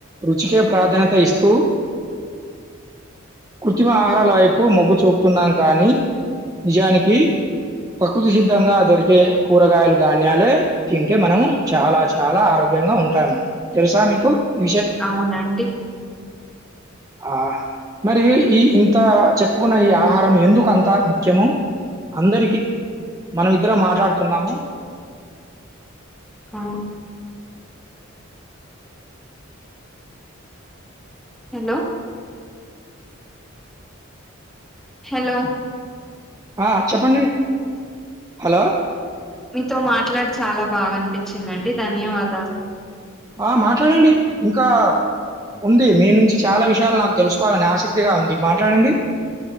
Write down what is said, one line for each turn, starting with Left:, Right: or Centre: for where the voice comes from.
Right: రుచికే ప్రాధాన్యత ఇస్తూ. కృత్రిమ ఆహారాలవైపు మొగ్గు చూపు. చున్నాం కానీ నిజానికి. ప్రకృతి సిద్ధంగా దొరికే కూరగాయలు ధాన్యాలే తింటే మనము చాలా చాలా ఆరోగ్య. ఆరోగ్యంగా ఉంటాము తెలుసా మీకు. ఈ
Centre: అవునండి.
Right: ఆహ్ మరి ఈ ఇంత చెప్పుకున్న ఈ ఆహ్. ఆహారం ఎందుకు అంతా ముఖ్యం అందరికి. మనం ఇద్దరం మాట్లాడుతున్నాము.
Centre: ఆహ్. హలో. హలో.
Right: ఆహ్ చెప్పండి హలో.
Centre: మీతో మాట్లాడి చాలా బాగా అనిపించిందండి ధన్యవాదాలు.
Right: ఆహ్ మాట్లాడండి ఇంకా. ఉంది మీ నుంచి చాలా విషయాలు నాకు తెలుసుకోవాలని ఆసక్తిగా ఉంది మాట్లాడండి.